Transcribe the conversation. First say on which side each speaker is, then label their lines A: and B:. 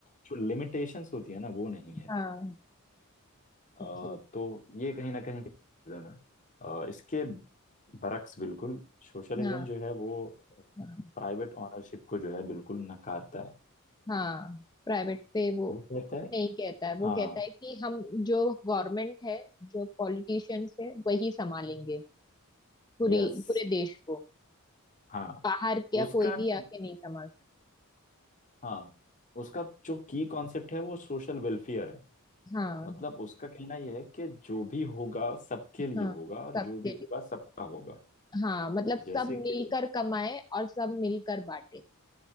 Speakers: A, on the left; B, on the left.
A: जो लिमिटेशंस होती है ना वो नहीं है
B: हाँ
A: अ,
B: ओके
A: तो ये कहीं ना कहीं capitalism है अ, इसके बरक्स बिल्कुल सोशलिज्म
B: हाँ
A: जो है वो
B: हाँ।
A: प्राइवेट ओनरशिप को जो है बिल्कुल नकारता है
B: हाँ प्राइवेट पे वो
A: वो कहता है
B: नहीं कहता है वो
A: हाँ
B: कहता है कि हम जो गवर्नमेंट है जो पॉलिटिशियंस है वही संभालेंगे पूरी
A: यस
B: पूरे देश को
A: हाँ
B: बाहर क्या
A: उसका
B: कोई भी
A: न-
B: आके नहीं संभाल सकता
A: हाँ उसका जो की कॉन्सेप्ट है वो सोशल वेलफेयर है
B: हाँ
A: मतलब उसका कहना यह है कि जो भी होगा सबके
B: हाँ
A: लिए होगा और
B: सबके
A: जो भी
B: लिए
A: होगा सबका होगा
B: हाँ मतलब
A: जैसे
B: सब
A: कि
B: मिलकर कमाए और सब मिलकर बांटे